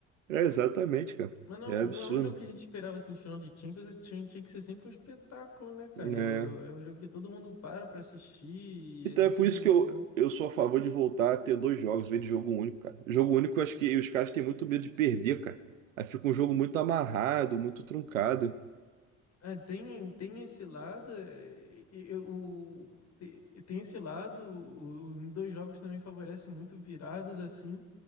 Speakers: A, on the right (about 75°); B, on the left (about 40°).
A: É exatamente, cara.
B: Mas não,
A: É absurdo.
B: não é um jogo que a gente esperava assim de final de Champions, é- tinha, tinha que ser sempre um espetáculo, né, cara?
A: É.
B: É, o- é um jogo que todo mundo para pra assistir e
A: Então
B: é
A: é
B: é
A: por
B: sempre
A: isso
B: muito
A: que eu,
B: bom.
A: eu sou a favor de voltar a ter dois jogos, em vez de jogo único, cara. Jogo único, eu acho que os caras têm muito medo de perder, cara. Aí fica um jogo muito amarrado, muito truncado.
B: É, tem, tem esse lado, é, e- e- o, te- tem esse lado, o- o- em dois jogos também favorece muito viradas assim,